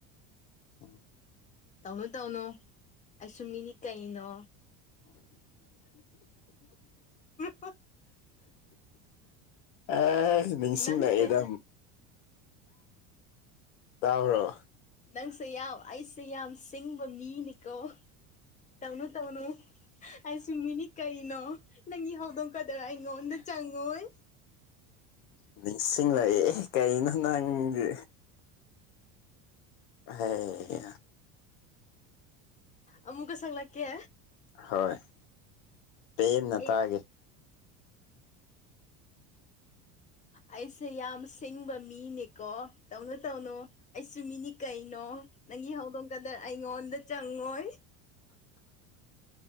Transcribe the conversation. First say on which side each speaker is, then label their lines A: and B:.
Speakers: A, on the left; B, on the left.
A: ꯎꯝ
B: ꯇꯧꯅꯨ ꯇꯧꯅꯨ ꯑꯩꯁꯨꯨ ꯃꯤꯅꯤ ꯀꯩꯅꯣ <unintelligible>
A: ꯑꯦ ꯅꯤꯡꯁꯤꯡ
B: ꯅꯪꯁꯦ
A: ꯂꯥꯛꯑꯦꯗ ꯇꯥꯕ꯭ꯔꯣ
B: ꯅꯪꯁꯦ ꯌꯥꯝ ꯑꯩꯁꯦ ꯌꯥꯝ ꯁꯤꯡꯕ ꯃꯤꯅꯤꯀꯣ ꯇꯧꯅꯨ ꯇꯧꯅꯨ ꯑꯩꯁꯨ ꯃꯤꯅꯤ ꯀꯩꯅꯣ ꯅꯪꯒꯤ ꯍꯧꯗꯣꯡꯀꯗꯔꯥ ꯑꯩꯉꯣꯟꯗ ꯆꯪꯉꯣꯏ
A: ꯎ ꯅꯤꯡꯁꯤꯡꯂꯛꯑꯦ ꯀꯩꯅꯣ ꯅꯪꯗꯤ ꯍꯦ <unintelligible>
B: ꯑꯃꯨꯛꯀ ꯁꯛꯂꯛ ꯀꯦ
A: ꯍꯣꯏ ꯄꯦꯟꯅ
B: ꯑꯩ
A: ꯇꯥꯒꯦ
B: ꯑꯩꯁꯦ ꯌꯥꯝ ꯁꯤꯡꯕ ꯃꯤꯅꯤꯀꯣ ꯇꯧꯅꯨ ꯇꯧꯅꯨ ꯑꯩꯁꯨ ꯃꯤꯅꯤ ꯀꯩꯅꯣ ꯅꯪꯒꯤ ꯍꯧꯗꯣꯡꯀꯗ ꯑꯩꯉꯣꯟꯗ ꯆꯪꯉꯣꯏ